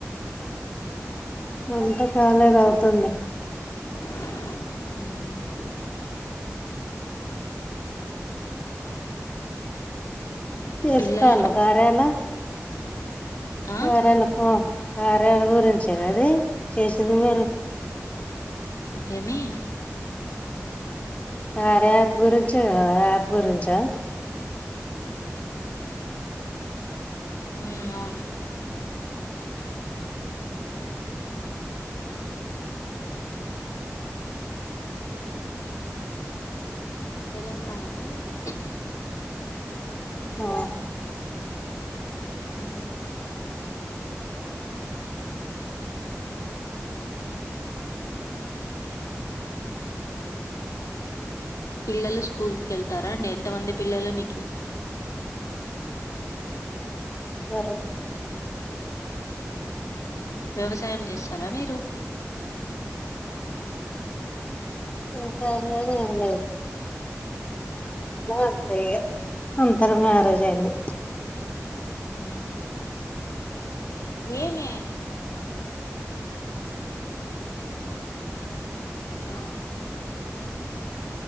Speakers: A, on the left; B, on the left.
A: ఎంత చాలాగా అవుతుంది
B: మ్
A: చేస్తాను
B: పిల్లలు
A: గార్యాల
B: ఆ
A: ఆరేళ్ళ పో ఆరయళ్ళ గురించే గాదు, చేసింది మీరు.
B: ఏమి
A: సర యాప్ గురించా యాప్ గురించా
B: మ్ అవును తెలంగాణనా నీది
A: ఆ
B: అ పిల్లలు స్కూల్కి వెళ్తారా అండి ఎంతమంది పిల్లలు మీకి
A: వర
B: వ్యవసాయం చేస్తారా మీరు
A: ఇంకా ఏం లేదు ఏం లేదు
B: అ
A: అంతే అంతర మ్యారేజ్ ఆవి
B: మ్ ఏమే <unintelligible>